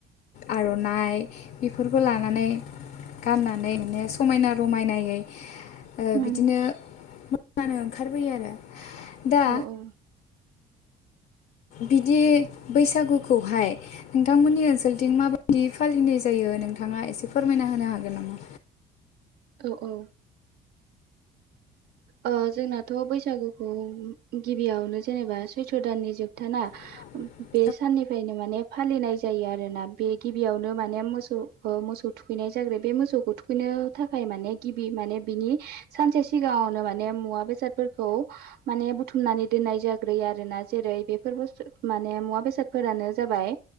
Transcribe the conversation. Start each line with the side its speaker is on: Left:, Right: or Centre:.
Left: आर'नाइ बेफोरखौ लानानै गाननानै माने समायना रमायनायै ओ
Right: उम
Left: बिदिनो नानो ओंखारबोयो आरो दा
Right: औ औ।
Left: बिदि बैसागुखौहाय नोंथांमोननि ओनसोलथिं माबायदि फालिनाय जायो नोंथाङा एसे फोरमायना होनो हागोन नामा?
Right: औ औ। ओ जोंनाथ' बैसागुखौ गिबियावनो जेनेबा सैथ्र' दाननि जोबथाना?
Left: <inaudible>
Right: बे साननिफ्रायनो माने फालिनाय जायो आरोना बे गिबियावनो माने मोसौ ओ मोसौ थुखैनाय जाग्रोयो बे मोसौखौ थु थुखैनो थाखाय माने गिबि माने बिनि सानसे सिगाङावनो माने माने मुवा बेसादफोरखौ माने बुथुमनानै दोन्नाय जाग्रोयो आरोना जेरै बेफोर बुस्थु माने मुवा बेसादफोरानो जाबाय